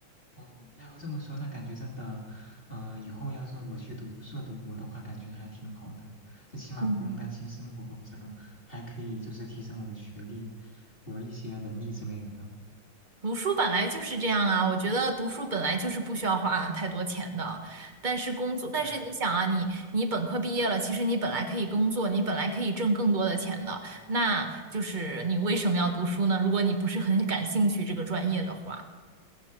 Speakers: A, on the left; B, on the right.
A: 哦，那要这么说，那感觉真的，呃，以后要是我去读硕读博的话，感觉还挺好的，就起码不用担心生活保障，
B: 嗯，
A: 还可以就是提升我的学历和一些能力之类的。
B: 读书本来就是这样啊，我觉得读书本来就是不需要花太多钱的，但是工作，但是你想啊，
A: <laughs>
B: 你你本科毕业了，其实你本来可以工作，你本来可以挣更多的钱的，那就是你为什么要读书呢？如果你不是很感兴趣这个专业的话。